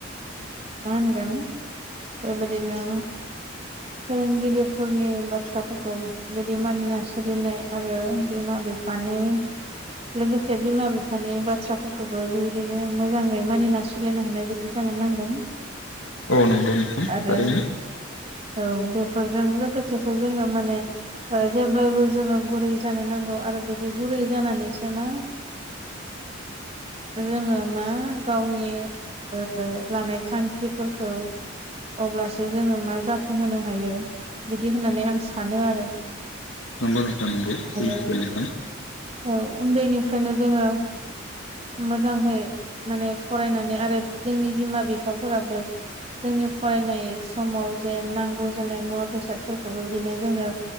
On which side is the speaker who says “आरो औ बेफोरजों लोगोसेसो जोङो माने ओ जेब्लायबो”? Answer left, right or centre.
Right